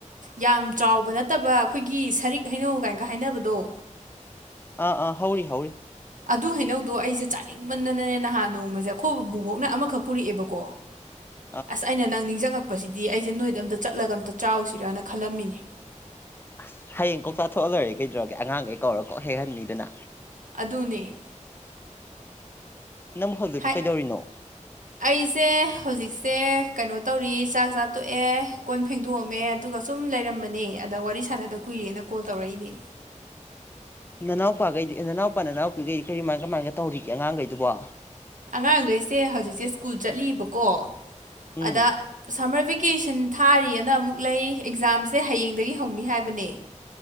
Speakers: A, on the right; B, on the left.
A: ꯌꯥꯝ ꯆꯥꯎꯕ ꯅꯠꯇꯕ ꯑꯩꯈꯣꯏꯒꯤ ꯁꯔꯤꯛ ꯍꯩꯅꯧ ꯒꯥꯏꯅꯒ ꯍꯥꯏꯅꯕꯗꯣ
B: ꯑꯥ ꯑꯥ ꯍꯧꯔꯤ ꯍꯧꯔꯤ
A: ꯑꯗꯨ ꯍꯩꯅꯧꯗꯣ ꯑꯩꯁꯦ ꯆꯥꯅꯤꯡꯃꯟꯗꯅꯅꯦ ꯅꯍꯥꯟ ꯅꯣꯡꯃꯁꯦ ꯑꯩꯈꯣꯏ ꯕꯨꯕꯣꯛꯅ ꯑꯃꯈꯛ ꯄꯨꯔꯛꯑꯦꯕꯀꯣ
B: <unintelligible>
A: ꯑꯁ ꯑꯩꯅ ꯅꯪ ꯅꯤꯡꯖꯤꯡꯉꯛꯄꯁꯤꯗꯤ ꯑꯩꯁꯦ ꯅꯣꯏꯗ ꯑꯝꯇ ꯆꯠꯂꯒ ꯑꯝꯇ ꯆꯥꯎꯁꯤꯔꯥꯅ ꯈꯜꯂꯝꯃꯤꯅꯤ
B: ꯑꯁ ꯍꯌꯦꯡ ꯀꯣꯛ ꯆꯥꯊꯣꯛꯑ ꯂꯣꯏꯔꯦ ꯀꯩꯗꯧꯔꯒꯦ ꯑꯉꯥꯡꯈꯩ ꯀꯧꯔ ꯀꯣꯛ ꯍꯦꯛꯍꯟꯅꯤꯗꯅ
A: ꯑꯗꯨꯅꯦ
B: ꯅꯪ ꯍꯧꯖꯤꯛꯄꯨ
A: ꯍꯥꯏ
B: ꯀꯩꯗꯧꯔꯤꯅꯣ
A: ꯑꯩꯁꯦ ꯍꯧꯖꯤꯛꯁꯦ ꯀꯩꯅꯣ ꯇꯧꯔꯤ ꯆꯥꯛ ꯆꯥ ꯇꯣꯛꯑꯦ ꯀꯣꯟ ꯐꯦꯡꯗꯣꯛꯑꯝꯃꯦ ꯑꯗꯨꯒ ꯁꯨꯝ ꯂꯩꯔꯝꯕꯅꯦ ꯑꯗ ꯋꯥꯔꯤ ꯁꯥꯟꯅꯗ ꯀꯨꯏꯔꯦꯅ ꯀꯣꯜ ꯇꯧꯔꯛꯏꯅꯦ
B: ꯅꯅꯥꯎꯄꯥꯒꯩꯗꯤ ꯑꯦ ꯅꯅꯥꯎꯄꯥ ꯅꯅꯥꯎꯄꯤꯒꯩꯗꯤ ꯀꯔꯤꯃꯥꯏ ꯀꯃꯥꯏꯅ ꯇꯧꯔꯤꯒꯦ ꯑꯉꯥꯡꯉꯩꯗꯨꯕꯣ
A: ꯑꯉꯥꯡꯒꯩꯁꯦ ꯍꯧꯖꯤꯛꯁꯦ ꯁ꯭ꯀꯨꯜ ꯆꯠꯂꯤꯕꯀꯣ
B: ꯎꯝ
A: ꯑꯗ ꯁꯝꯃꯔ ꯚꯦꯀꯦꯁꯟ ꯊꯥꯔꯤꯌꯦꯅ ꯑꯃꯨꯛ ꯂꯩ ꯑꯦꯛꯖꯥꯝꯁꯦ ꯍꯌꯦꯡꯗꯒꯤ ꯍꯧꯅꯤ ꯍꯥꯏꯕꯅꯦ